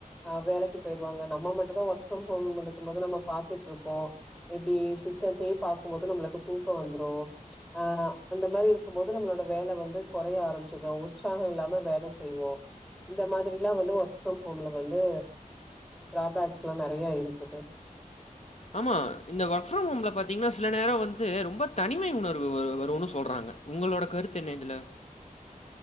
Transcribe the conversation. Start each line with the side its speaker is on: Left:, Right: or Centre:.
Centre: ஆ வேலைக்கு போயிருவாங்க நம்ம மட்டுந்தா ஒர்க் ஃப்ரம் ஹோம் இருக்குபோது நம்ம பாத்துட்ருப்போ இப்டி சிஸ்டத்தே பாக்கும் போது நம்மளுக்கு தூக்கோ வந்துரு ஆ அந்த மாரி இருக்கும்போது நம்மளோட வேல வந்து கொறைய ஆரம்பிச்சதும் உற்சாகோ இல்லாம வேல செய்வோ இந்த மாதிரிலா வந்து ஒர்க் ஃப்ரம் ஹோம்ல வந்து ட்ராபாக்ஸ்லா நெறையா இருக்குது
Left: ஆமா இந்த ஒர்க் ஃப்ரம் ஹோம்ல பாத்தீங்கன்னா சில நேரோ வந்து ரொம்ப தனிமை உணர்வு வ வருன் சொல்றாங்க உங்களோட கருத்து என்ன இதுல